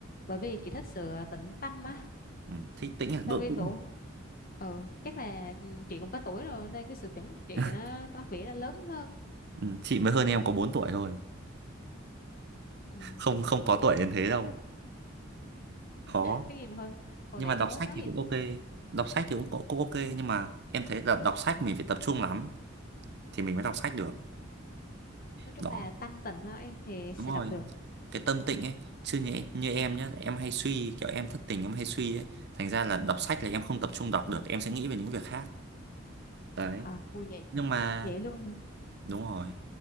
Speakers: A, on the left; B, on the right.
A: bởi vì chị thích sự tĩnh tâm á
B: Ừ. thích tĩnh à
A: sau
B: độ
A: khi
B: tĩnh
A: đủ ừ chắc là ừ, chị cũng có tuổi rồi nên cái sự chuẩn của chị
B: <laughs>
A: nó có vẻ là lớn hơn
B: ừ. chị mới hơn em có 4 tuổi thôi
A: ừ.
B: không không có tuổi đến thế đâu khó
A: cái gì mà hơn hồi
B: nhưng
A: nãy
B: mà đọc
A: em mới
B: sách
A: nói
B: thì
A: vậy
B: cũng ok
A: ta.
B: đọc sách thì cũng cũng cũng ok nhưng mà em thấy là đọc sách mình phải tập trung lắm thì mình mới đọc sách được
A: nói chung
B: đó
A: là tâm tình đó, em thì
B: đúng
A: sẽ
B: rồi
A: đọc được
B: cái tâm tịnh ấy chứ như, như em nhá em hay suy kiểu em thất tình em hay suy ấy thành ra là đọc sách là em không tập trung đọc được em sẽ nghĩ về những việc khác đấy
A: à, vui vậy
B: nhưng mà
A: vậy luôn
B: đúng rồi